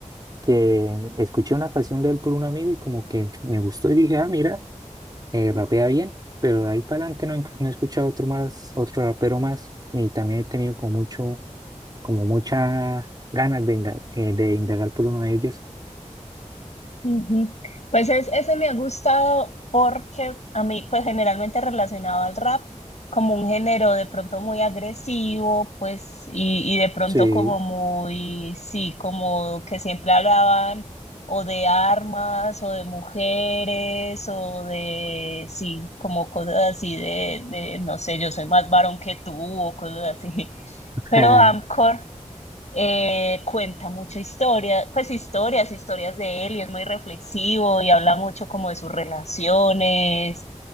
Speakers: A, on the right; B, on the left.
A: que escuché una canción de él por un amigo y como que me gustó y dije, ah, mira, eh, rapea bien, pero de ahí para adelante no, he- no he escuchado otro más, otro rapero más, y también he tenido como mucho, como mucha ganas de indagar, de indagar por uno de ellos.
B: Ujú. Pues es, ese me ha gustado porque a mí, pues generalmente relacionado al rap, como un género de pronto muy agresivo, pues, y, y de pronto
A: Sí.
B: como muy, sí, como que siempre hablaban o de armas o de mujeres o de, sí, como cosas así de, de, no sé, yo soy más varón que tú o cosas así. <laughs>
A: <laughs>
B: Pero Amcor eh, cuenta mucha historia, pues historias, historias de él y es muy reflexivo y habla mucho como de sus relaciones.